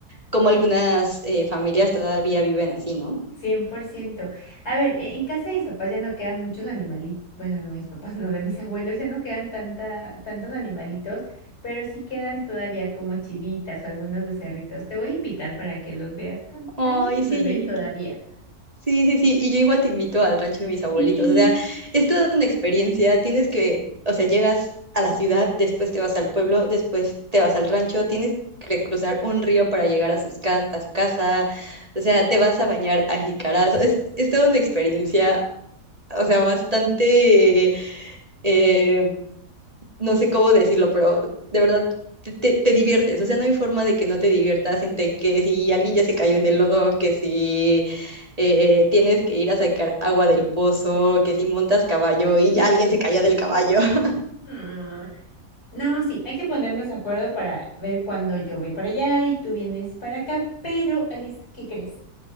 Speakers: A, on the right; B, on the left.
A: como algunas eh, familias todavía viven así, ¿no?
B: cien por ciento A ver, e- en casa de mis papás ya no quedan muchos animalitos, bueno, no, mis papás no, de mis abuelos ya no quedan tanta, tantos animalitos, pero sí quedan todavía como chivitas o algunos becerritos. Te voy a invitar para que los veas, tan-
A: Ay,
B: algunos
A: sí,
B: bebés todavía.
A: sí, sí, sí. Y yo igual te invito al rancho de mis abuelitos.
B: Sí.
A: O sea, es toda una experiencia. Tienes que, o sea, llegas a la ciudad, después te vas al pueblo, después te vas al rancho, tienes que cruzar un río para llegar a, sus ca- a su casa. O sea, te vas a bañar a jicaras. Es, es toda una experiencia. O sea, bastante eh, no sé cómo decirlo, pero de verdad te, te- te diviertes. O sea, no hay forma de que no te diviertas entre que si alguien ya se cayó en el lodo, que si eh, tienes que ir a sacar agua del pozo, que si montas caballo y ya alguien se cayó del caballo. <laughs>
B: Ah, No, sí, hay que ponernos de acuerdo para ver cuándo yo voy para allá y tú vienes para acá. Pero, Alice, ¿qué crees?